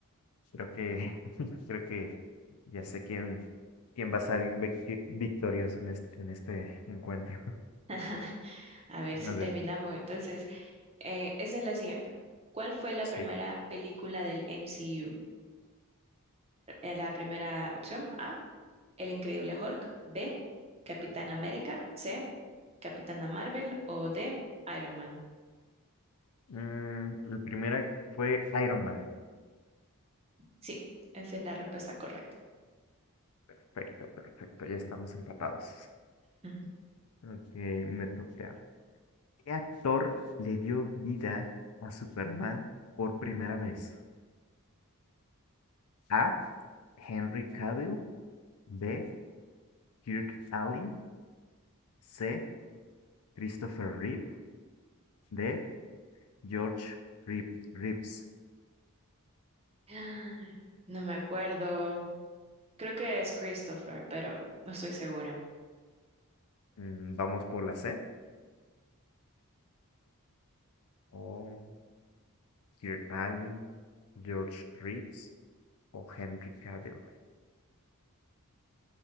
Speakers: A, on the left; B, on the right.
A: creo que, <laughs> creo que ya sé quién, quién va a salir victi- victorioso en este, en este encuentro.
B: <laughs> A ver
A: <laughs>
B: si
A: A ver,
B: terminamos. Entonces, eh, esa es la siguiente. ¿Cuál fue la
A: sí.
B: primera película del MCU? Eh, La primera opción A, El Increíble Hulk. B, Capitán América. C, Capitana Marvel. O D, Iron Man.
A: Mm, la primera fue Iron Man.
B: Sí, esa es la respuesta correcta.
A: Perfecto, perfecto. Ya estamos empatados.
B: Ujú.
A: Ok, me toca. ¿Qué actor le dio vida a Superman por primera vez? A. Henry Cavill. B. Kirk Allen. C. Christopher Reeve. D. George Reeve- Reeves.
B: Ah, No me acuerdo. Creo que es Christopher, pero no estoy segura.
A: Mm, vamos por la C. O Kirk Allen, George Reeves o Henry Cavill.